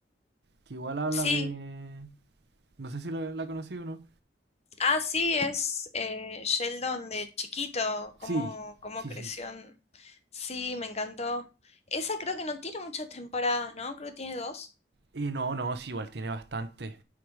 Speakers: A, on the right; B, on the left.
A: que igual habla
B: Sí,
A: de... No sé si la, la conocí o no.
B: ah, sí, es eh, Sheldon de chiquito, cómo,
A: Sí,
B: cómo
A: sí,
B: creció.
A: sí.
B: en- Sí, me encantó. Esa creo que no tiene muchas temporadas, ¿no? Creo que tiene dos.
A: Eh, no, no, sí, igual tiene bastante.